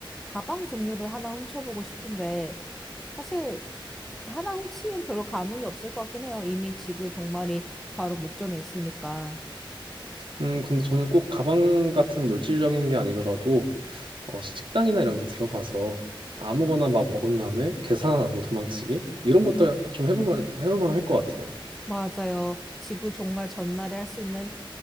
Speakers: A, in the centre; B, on the right.
A: 가방 종류를 하나 훔쳐보고 싶은데 사실 하나 훔치면 별로 감흥이 없을 것 같긴 해요. 이미 지구의 종말이 바로 목전에 있으니까.
B: 음, 근데 저는 꼭 가방 같은 물질적인 게 아니더라도 어, 식당이나 이런 데 들어가서 아무거나 막 먹은 다음에 계산 안 하고 도망치기 이런 것들 좀 해볼 만 해볼 만할 것 같아요.
A: 맞아요. 지구 종말 전날에 할 수 있는